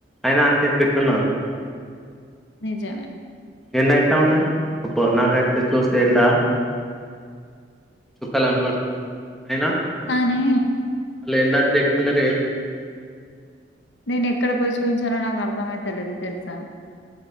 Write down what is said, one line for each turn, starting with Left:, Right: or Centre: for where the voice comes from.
Centre: అయిన అంతే పెట్టున్నారు
Left: నిజం మే
Centre: ఎండ ఎట్లా ఉన్నది అబ్బో నాకైతే చూస్తే ఎండ చుక్కలు కనపడుది అయినా
Left: కాని
Centre: లేనిదకి తెకుతలేరు ఏం తెకుతలేరు
Left: నేను ఎక్కడ పోయి చూయించాలో నాకు అర్థమయితలేదు తెలుస